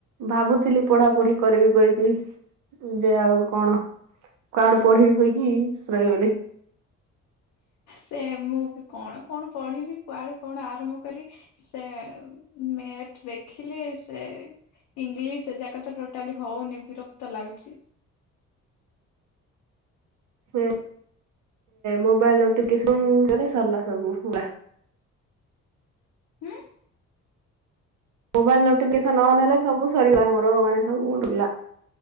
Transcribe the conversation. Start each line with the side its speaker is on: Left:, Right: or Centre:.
Right: ଭାବୁଥିଲି ପଢାପଢି କରିବି କହିକି ଯେ ଆଉ କଣ। କୁଆଡୁ ପଢିବି କହିକି ରହିଗଲି।
Left: ସେ ମୁଁ ବି କଣ କଣ ପଢିବି କୁଆଡୁ କଣ ଆରମ୍ଭ କରିବି। ସେ ମେଥ ଦେଖିଲେ ସେ ଇଂଲିଶି ସେ ଯାକ ତ ଟୋଟାଲି ହଉନି ବିରକ୍ତ ଲାଗୁଛି।
Right: ସେ ମୋବାଇଲିନୋ ଟିବିକେସନ ଦେଲେ ସରିଲା ସବୁୁମୂଳା।
Left: ଉଁ?
Right: ମୋବାଇଲି ନୋଟିଫିକେ ସନ୍ ଅନ୍ ହେଲେ ସବୁ ସରିଲା ମୋର ମାନେ ସବୁ ଉଲା।